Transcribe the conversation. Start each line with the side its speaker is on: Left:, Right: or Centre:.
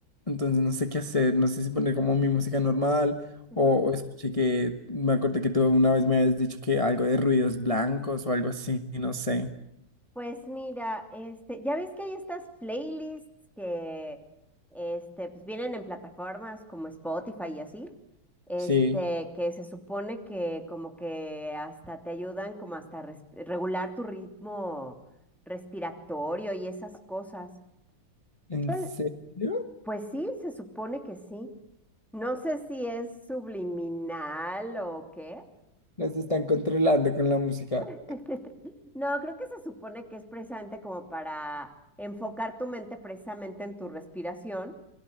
Left: entonces no sé qué hacer, no sé si poner como mi música normal
Centre: ujú.
Left: o, o escuché que, me acordé que tú una vez me habías dicho que algo de ruidos blancos o algo así, no sé.
Centre: Pues mira, este, ya ves que hay estas playlists que este, pues vienen en plataformas como Spotify y así, este,
Left: Sí,
Centre: que se supone que como que hasta te ayudan como hasta res- regular tu ritmo respiratorio y esas cosas.
Left: ¿en
Centre: Yo-
Left: serio?
Centre: Pues sí, se supone que sí. No sé si es subliminal o qué.
Left: Nos están controlando con la música.
Centre: <laughs> No, creo que se supone que es precisamente como para enfocar tu mente precisamente en tu respiración